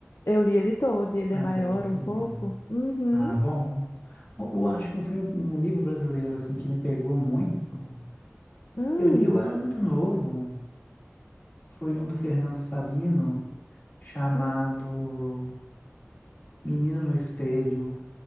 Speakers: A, on the left (about 65°); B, on the left (about 45°).
A: eu li ele todo. E ele
B: Ah,
A: é maior
B: você viu ele todo,
A: um pouco.
B: então.
A: Uhum.
B: Ah, bom. Eu, eu acho que um filme, um livro brasileiro, assim, que me pegou muito.
A: Hum.
B: Eu li, eu era muito novo. Foi um do Fernando Sabino, chamado
A: Ah,
B: Menino no Espelho.